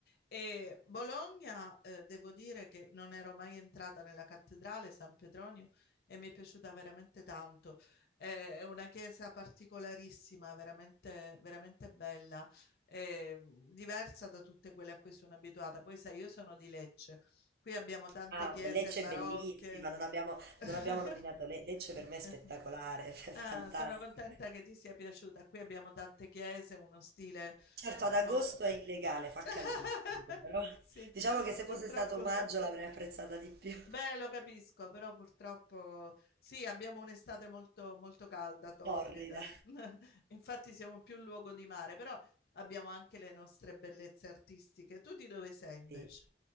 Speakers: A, on the left; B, on the right.
A: E Bologna, eh, devo dire che non ero mai entrata nella cattedrale San Petronio e mi è piaciuta veramente tanto. È è una chiesa particolarissima, veramente, veramente bella, eh, diversa da tutte quelle a cui sono abituata. Poi sai, io sono di Lecce, qui abbiamo tante
B: Ah,
A: chiese
B: beh, Lecce
A: barocche.
B: è bellissima, non abbiamo,
A: <laughs>
B: non abbiamo nominato Le- Lecce per me è spettacolare,
A: <laughs>
B: <laughs> è fantastica.
A: Ah, sono contenta che ti sia piaciuta. Qui abbiamo tante chiese, uno stile
B: Certo,
A: eh,
B: ad agosto
A: molto...
B: è illegale, fa
A: <laughs>
B: caldissimo, però
A: Sì,
B: diciamo che se
A: purtroppo
B: fosse stato maggio
A: sì.
B: l'avrei apprezzata di più.
A: Beh, lo capisco, però purtroppo sì, abbiamo un'estate molto, molto calda, torrida.
B: <laughs> Torrida.
A: <laughs> Infatti siamo più luogo di mare, però abbiamo anche le nostre bellezze artistiche. Tu di dove sei invece?
B: Sì.